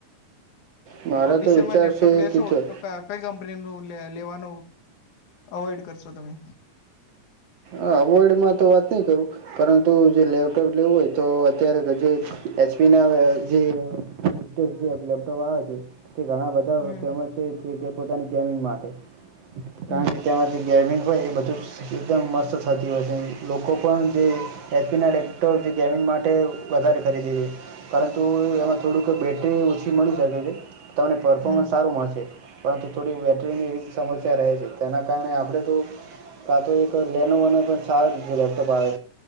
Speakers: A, on the right (about 55°); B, on the left (about 65°).
A: મારો
B: ભવિષ્યમાં
A: તો વિચાર
B: લેપટોપ
A: છે
B: લેશો
A: કે જો
B: તો <unintelligible> કંઈ કંપની નું લે લેવાનું અવોઈડ કરશો તમે?
A: અહ અવોઈડ માં તો વાત નહીં કરું. પરંતુ જે લેપટોપ લેવું હોય તો અત્યારે બધેય એચપી ના જે <unintelligible> જે લેપટોપ આવે છે તે ઘણા બધા-
B: હમ
A: બઉ ફેમસ <unintelligible> પોતાની ગેમિંગ માટે કારણ
B: હમ
A: કે તેમાં જે ગેમિંગ હોય એ બધું એકદમ મસ્ત થતી હોય છે લોકો પણ જે એચપીના લેપટોપ જે ગેમિંગ માટે વધારે ખરીદીે છે. પરંતુ એમાં થોડુંક બેટરી ઓછી મળી શકે છે તમને પરફોર્મન્સ
B: હમ
A: સારું મળશે. પરંતુ થોડી બેટરીની એવી જ સમસ્યા રહે છે તેના કારણે આપણે તો કા તો એક લેનોવો નો પણ સારો રીતે લેપટોપ આવે